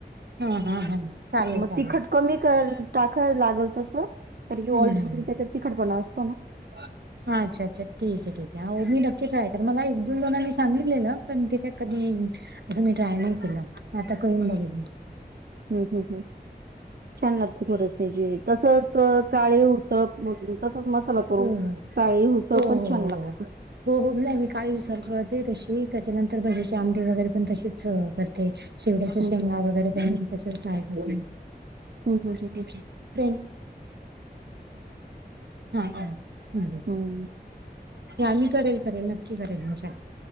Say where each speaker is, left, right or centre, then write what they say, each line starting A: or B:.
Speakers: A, on the right; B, on the right.
A: हा, हा, हा चालेलं-
B: मग
A: चालेलं.
B: तिखट कमी कर टाका लागेल तस, कारण की
A: हम्म
B: ऑलरेडी त्याच्यात तिखटपणा असतो ना.
A: <inaudible> हा अच्छा -अच्छा ठीक ये, ठीक ये आवडली मी नक्की ट्राय करेलं, मला एक- दोन जनानी सांगितलेलं पण ते काय कधी पण मी ट्राय नाही केलं, आता करून बघेन मी.
B: हम्, हम्, हम् छान लागते खरंच म्हणजे तसंच काळी उसळ मग तसाच मसाला करून,
A: हो हो
B: काळी हुसळ
A: हो
B: पण छान लागते.
A: हो हो, हो नाही मी काळी हुसळ करते तशी, त्याच्यानंतर ते भज्याची आंमटी वगैरे पण तशीच करते. शेवग्याच्या
B: हम्म
A: शेंगा वगैरे त्यां पण तसंच फ्राय करते,....
B: हम्म हम्म हम्म
A: कोण ये?
B: हम्म
A: फ्रेन्ड. हा, हा
B: हम्म
A: आ् मी करेल- करेल नक्की करेल मी ट्राय.